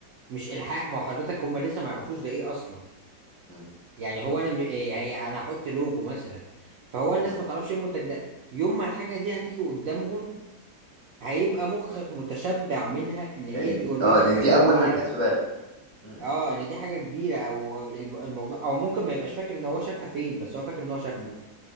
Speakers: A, on the right; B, on the left.
A: مش الحاح ما هو حضرتك هم لسه ما يعرفوش ده ايه اصلا
B: مم.
A: يعني هو انا م... إيه هي انا هحط لوجو مثلا فهو الناس
B: مم.
A: ما تعرفش ايه المنتج ده يوم ما الحاجه دي هتيجي قدامهم هيبقى مخك متشبع منها ان هي
B: لأن-
A: دي اوريدي
B: اه لأن
A: حاجه
B: دي
A: كبيره
B: أول حاجة جت في بالي مم.
A: اه ان دي حاجه كبيره او الب- الموضوع او ممكن ما يبقاش فاكر ان هو شافها فين بس هو فاكر ان هو شافها
B: مم.